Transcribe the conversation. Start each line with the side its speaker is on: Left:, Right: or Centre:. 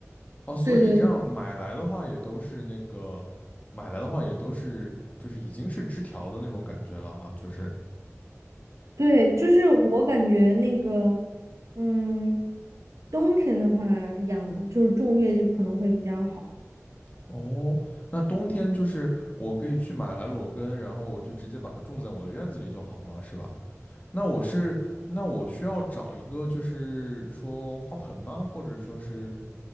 Left: 哦，所以这样买来的话也都是那个，
Right: 对对对
Left: 买来的话也都是，就是已经是枝条的那种感觉了哈，就是，
Right: 对，就是我感觉那个，嗯，冬天的话养就是种月季可能会比较好。
Left: 哦，那冬天就是我可以去买来裸根，然后我就直接把它种在我的院子里就好了，是吧？那我是，那我需要找一个就是说花盆吗？或者说是，